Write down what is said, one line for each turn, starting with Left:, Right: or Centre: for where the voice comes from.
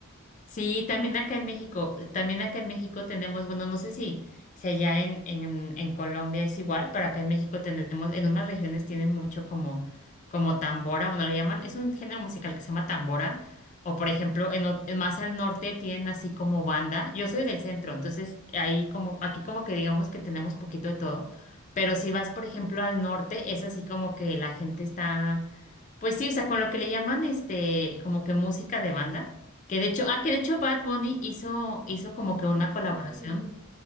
Left: Sí, también acá en México, también acá en México tenemos, bueno, no sé si, si allá en, en, en Colombia es igual, pero acá en México tenemos, en unas regiones tienen mucho como, como tambora, bueno, le llaman, es un género musical que se llama tambora, o por ejemplo, en, o- en más al norte tienen así como banda, yo soy del centro, entonces ahí como, aquí como que digamos que tenemos poquito de todo, pero si vas, por ejemplo, al norte, es así como que la gente está pues sí, o sea, con lo que le llaman este, como que música de banda, que de hecho, ah, que de hecho Bad Bunny hizo, hizo como que una
Right: Sí,
Left: colaboración,
Right: aquí no.